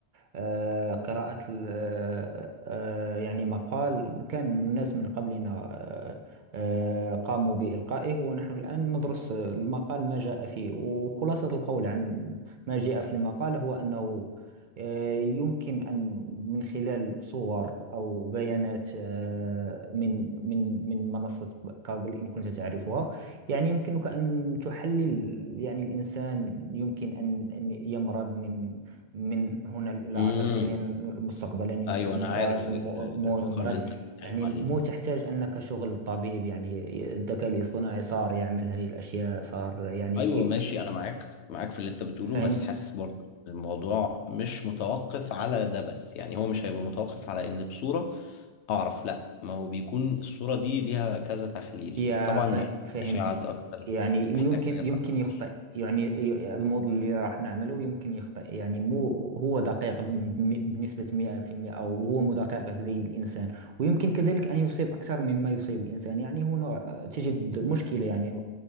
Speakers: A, on the right; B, on the left.
A: آه، قراءة ال- آه، آه، يعني مقال كان الناس من قبلنا آه، آه، قاموا بإلقائه ونحن الآن ندرس المقال ما جاء فيه وخلاصة القول عن ما جاء في المقال هو أنه آه، يمكن أن من خلال صور أو بيانات آه، من من من منصة كاغل إن كنت تعرفها يعني يمكنك أن تحلل يعني الإنسان يمكن أن أن يمرض من من هنا إلى
B: امم
A: عشر سنين مستقبلا يمكن
B: ايوه
A: أن
B: انا
A: مرض
B: عارف
A: مو
B: ال-
A: مو
B: المقال
A: يمرض
B: اللي انت بتتكلم
A: يعني
B: عليه
A: مو
B: ده
A: تحتاج أنك شغل طبيب يعني الذكاء الاصطناعي صار يعمل هذه الأشياء صار يعني
B: ايوه ماشي انا معاك معاك في اللي انت بتقوله
A: فاهم
B: بس حاسس برضه إن الموضوع مش متوقف على ده بس يعني هو مش هيبقى متوقف على ان بصوره اعرف لا ما هو بيكون الصورة دي ليها كذا تحليل
A: يا
B: طبعا
A: فه-
B: محتاج
A: فهمت
B: اشعاعات اكتر
A: يعني يمكن
B: محتاج حاجات
A: يمكن
B: اكتر
A: يخطئ يعني ي- الموديل اللي راح نعمله يمكن يخطئ يعني مو هو دقيق بم- بنسبة 100% أو هو مو دقيق زي الإنسان ويمكن كذلك أن يصيب أكثر مما يصيب الإنسان يعني هنا تجد مشكلة يعني